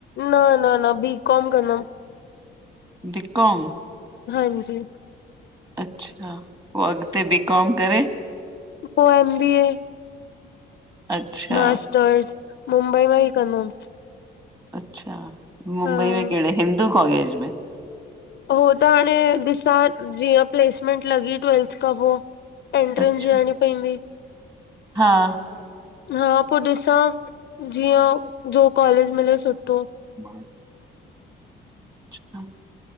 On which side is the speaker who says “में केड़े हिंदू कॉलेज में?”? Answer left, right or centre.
Right